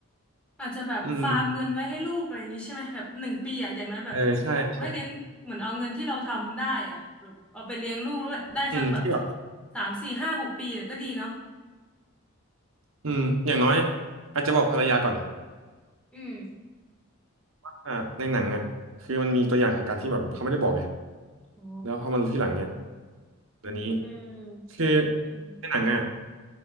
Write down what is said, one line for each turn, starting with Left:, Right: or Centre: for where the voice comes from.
Centre: อาจจะแบบฟาร์มเงินไว้ให้ลูกอะไรอย่างนี้ใช่ไหมแบบหนึ่งปีอ่ะอย่างน้อยแบบ
Right: อืมเออใช่ใช่
Centre: ให้เลี้ยงเหมือนเอาเงินที่เราทำได้อ่ะแบบเอาไปเลี้ยงลูกแล้วได้สักแบบ
Right: อืมที่แบบ
Centre: สามสี่ห้าหกปีเนี่ยก็ดีเนาะ
Right: อืมอย่างน้อยอาจจะบอกภรรยาก่อน
Centre: อืม
Right: อ่าในหนังอ่ะคือมันมีตัวอย่างของการที่แบบเขาไม่ได้บอกไง
Centre: โอ้
Right: แล้วพอมารู้ทีหลังเนี้ยตัวนี้
Centre: อืม
Right: คือ
Centre: อืม
Right: ในหนังอ่ะ